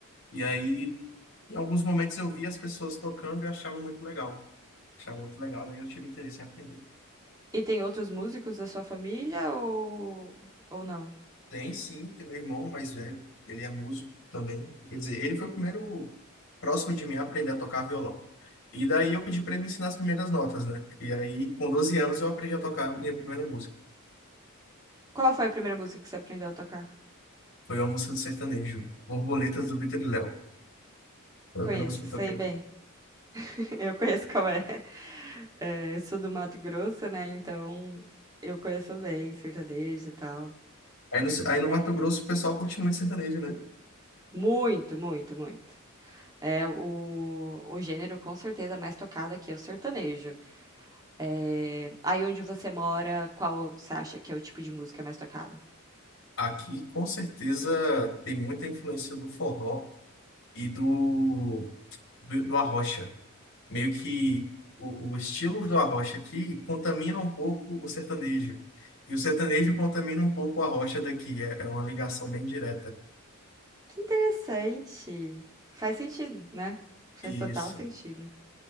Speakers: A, on the left (about 60°); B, on the right (about 15°).
A: E aí, em alguns momentos eu via as pessoas tocando e eu achava muito legal. Achava muito legal, daí eu tive interesse em aprender.
B: E tem outros músicos da sua família ou ou não?
A: Tem sim, tem meu irmão mais velho, ele é músico também. Quer dizer, ele foi o primeiro próximo de mim a aprender a tocar violão. E daí eu pedi para ele me ensinar as primeiras notas, né? E aí, com 12 anos, eu aprendi a tocar a minha primeira música.
B: Qual foi a primeira música que você aprendeu a tocar?
A: Foi uma música do sertanejo, Borboletas do Vitor e Léo. Foi
B: Conheço,
A: a primeira música que
B: sei
A: eu toquei.
B: bem. <laughs> Eu conheço qual é. É, eu sou do Mato Grosso, né? Então eu conheço bem sertanejo e tal.
A: Aí no, aí no
B: É,
A: Mato Grosso o pessoal curte muito sertanejo, né?
B: Muito, muito, muito. É o, o gênero com certeza mais tocado aqui é o sertanejo. É, aí onde você mora, qual você acha que é o tipo de música mais tocado?
A: Aqui, com certeza, tem muita influência do forró e do, do, do arrocha. Meio que o, o estilo do arrocha aqui contamina um pouco o sertanejo. E o sertanejo contamina um pouco a rocha daqui. É, é uma ligação bem direta.
B: Que interessante. Faz sentido, né? Faz
A: Isso.
B: total sentido.